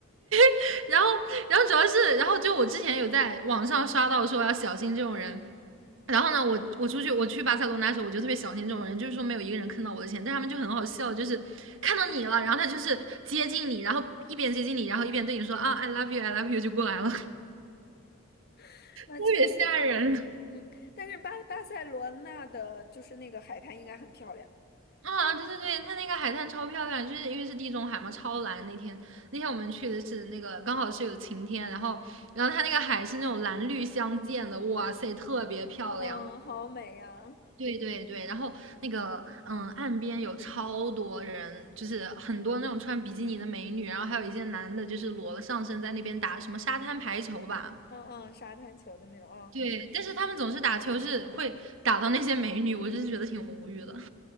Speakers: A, on the right; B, on the left.
A: <laughs> 然后然后主要是然后就我之前有在网上刷到说要小心这种人，然后呢，我我出去我去巴塞罗那的时候，我就特别小心这种人，就是说没有一个人坑到我的钱，但他们就很好笑，就是看到你了，然后他就是接近你，然后一边接近你，然后一边对你说啊，I love you，I love you 就过来了，特
B: <laughs> 那确实。
A: 别吓人。<laughs>
B: 嗯，但是巴巴塞罗那的就是那个海滩应该很漂亮，
A: 啊，对对对，他那个海滩超漂亮，就是因为是地中海嘛，超蓝。那天那天我们去的是那个刚好是有晴天，然后然后他那个海是那种蓝绿相间的，哇塞，特别漂亮。
B: 嗯，好美呀、
A: 对对对，然后那个嗯，
B: 嗯
A: 岸边有超多人，就是很多那种穿比基尼的美女，然后还有一些男的，就是裸了上身在那边打什么沙滩排球吧。
B: 嗯嗯，沙滩球的那种，嗯，
A: 对，但是他们总是打球是会打到那些美女，我就是觉得挺无语的 <laughs> 啊，